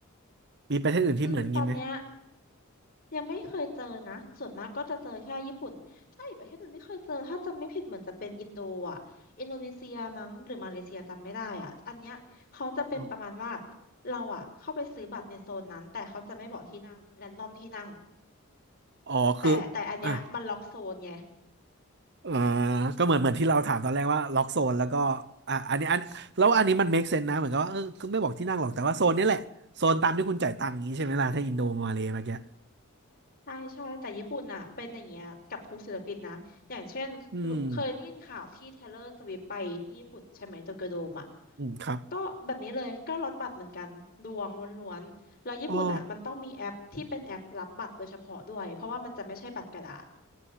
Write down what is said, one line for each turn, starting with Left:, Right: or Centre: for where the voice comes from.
Right: มีประเทศอื่นที่เหมือนงี้ไหม
Left: ๆอืมตอนเนี้ย ยังไม่เคยเจอนะ ส่วนมากก็จะเจอแค่ญี่ปุ่นถ้าอีกประเทศหนึ่งที่เคยเจอถ้าจำไม่ผิดเหมือนจะเป็นอินโดอ่ะอินโดนีเซียมั้งหรือมาเลเซียจำไม่ได้อ่ะอันเนี้ยเขาจะเป็นประมาณว่า
Right: อ๋อ
Left: เราอ่ะเข้าไปซื้อบัตรในโซนนั้นแต่เขาจะไม่บอกที่นั่งแรนดอมที่นั่ง
Right: อ๋อคือ
Left: แต่แต่อันเนี้ยมันล็อกโซนไง
Right: อ่ะเอ่อก็เหมือนเหมือนที่เราถามตอนแรกว่าล็อกโซนแล้วก็อ่ะอันนี้อันแล้วอันนี้มัน make sense นะเหมือนกับว่าเออก็ไม่บอกที่นั่งหรอกแต่ว่าโซนนี้แหละโซนตามที่คุณจ่ายตังค์นี้ใช่ไหมล่ะถ้าอินโดมาเลย์เมื่อกี้
Left: ใช่ใช่แต่ญี่ปุ่นอ่ะเป็นอย่างเงี้ยกับทุกศิลปินนะอย่างเช่นรู้เคยได้ยินข่าวที่เทเลอร์สวิฟไปที่ญี่ปุ่นใช่ไหมโตเกียวโดมอ่ะ
Right: อืมอืมครับ
Left: ก็แบบนี้เลยก็ลดบัตรเหมือนกันดวงล้วนๆแล้วญี่ปุ่นอ่ะมันต้องมีแอปที่เป็นแอปรับบัตรโดยเฉพาะด้วยเพราะว่ามันจะไม่ใช่บัตรกระดาษ
Right: อ๋อ